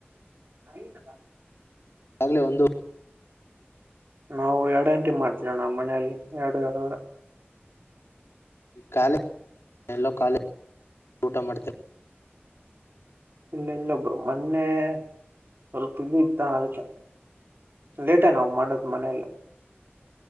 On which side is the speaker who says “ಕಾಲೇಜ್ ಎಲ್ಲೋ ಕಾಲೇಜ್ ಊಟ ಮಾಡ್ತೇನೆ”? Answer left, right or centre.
Left